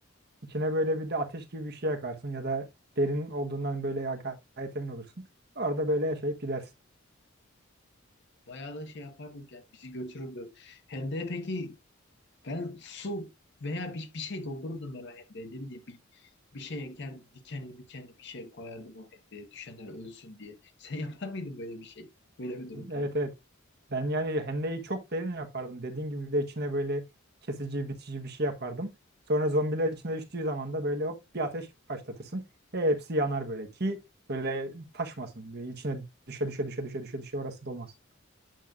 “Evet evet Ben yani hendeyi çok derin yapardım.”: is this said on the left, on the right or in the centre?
Right